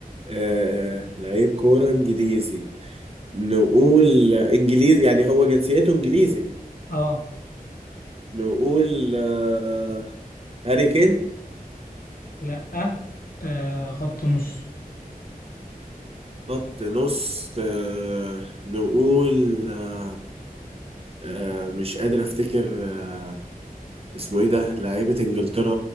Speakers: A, on the right; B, on the left.
A: آه آه، لعيب كورة انجليزي نقول آه، انجليزي يعني هو جنسيته انجليزي
B: اه
A: نقول آه هاري كين
B: لا آه خط نص
A: خط نص آه نقول آه آه مش قادر افتكر آه اسمه ايه ده لعيبة انجلترا